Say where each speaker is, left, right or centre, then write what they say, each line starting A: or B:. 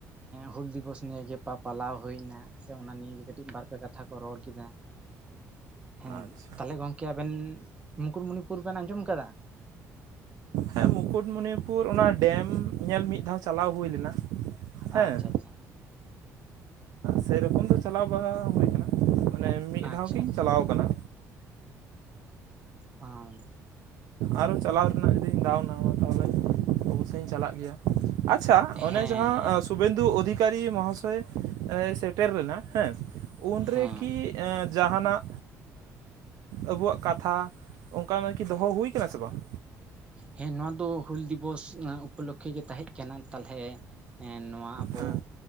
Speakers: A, on the right (about 15°); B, on the right (about 80°).
A: ᱦᱩᱞ ᱫᱤᱵᱚᱥ ᱱᱤᱭᱮ ᱯᱟ ᱯᱟᱞᱟᱣ ᱦᱩᱭ ᱮᱱᱟ᱾ ᱥᱮ ᱚᱱᱟ ᱱᱤᱭᱮ ᱠᱟᱹᱴᱤᱡ ᱵᱟᱨᱯᱮ ᱠᱟᱛᱷᱟ ᱠᱚ ᱨᱚᱲ ᱠᱮᱫᱟ ᱦᱮᱸ᱾
B: ᱟᱪᱪᱷᱟ
A: ᱛᱟᱦᱚᱞᱮ ᱜᱚᱝᱠᱮ ᱟᱵᱮᱱ, ᱢᱩᱠᱩᱴᱢᱩᱱᱤᱯᱩᱨ ᱵᱮᱱ ᱟᱸᱡᱚᱢ ᱠᱟᱫᱟ?
B: ᱦᱮᱸ ᱢᱩᱠᱩᱴᱢᱩᱱᱤᱯᱩᱨ ᱚᱱᱟ ᱰᱮᱢ ᱧᱮᱞ ᱢᱤᱫ ᱫᱷᱟᱣ ᱪᱟᱞᱟᱣ ᱦᱩᱭ ᱞᱮᱱᱟ᱾ ᱦᱮᱸ
A: ᱟᱪᱪᱷᱟ ᱟᱪᱪᱷᱟ
B: ᱥᱮᱨᱚᱠᱚᱢ ᱫᱚ ᱪᱟᱞᱟᱣ ᱵᱟᱝ ᱼᱟ ᱦᱩᱭ ᱠᱟᱱᱟ᱾ ᱚᱱᱮ ᱢᱤᱫ
A: ᱟᱪᱪᱷᱟ
B: ᱫᱷᱟᱣ ᱜᱤᱧ
A: ᱟᱪᱪᱷᱟ
B: ᱪᱟᱞᱟᱣ ᱠᱟᱱᱟ᱾
A: ᱦᱟᱢ,
B: ᱟᱨᱦᱚ ᱪᱟᱞᱟᱣ ᱨᱮᱱᱟᱜ ᱡᱩᱫᱤᱧ ᱫᱟᱣᱱᱟᱢᱟ ᱛᱟᱦᱚᱞᱮ ᱚᱵᱚᱥᱳᱭ ᱤᱧ ᱪᱟᱞᱟᱜ ᱜᱮᱭᱟ᱾ ᱟᱪᱪᱷᱟ ᱚᱱᱮ
A: ᱦᱮᱸ
B: ᱡᱟᱦᱟᱸ ᱥᱩ ᱥᱩᱵᱮᱱᱫᱩ ᱚᱫᱷᱤᱠᱟᱨᱤ ᱢᱚᱦᱟᱥᱚᱭ ᱥᱮᱴᱮᱨ ᱞᱮᱱᱟ ᱦᱮᱸ ᱩᱱᱨᱮ
A: ᱦᱮᱸ
B: ᱠᱤ? ᱡᱟᱦᱟᱱᱟᱜ ᱟᱵᱚᱣᱟᱜ ᱠᱟᱛᱷᱟ, ᱚᱝᱠᱟ ᱟᱨᱠᱤ ᱫᱚᱦᱚ ᱦᱩᱭ ᱠᱟᱱᱟ ᱥᱮ ᱵᱟᱝ?
A: ᱦᱮᱸ ᱱᱚᱣᱟ ᱫᱚ ᱦᱩᱞ ᱫᱤᱵᱚᱥ ᱩᱯᱚᱞᱚᱠᱷᱮ ᱜᱮ ᱛᱟᱦᱮᱸᱜ ᱠᱟᱱᱟ ᱛᱟᱦᱚᱞᱮ, ᱱᱚᱣᱟ ᱟᱵᱚ
B: ᱦᱮᱸ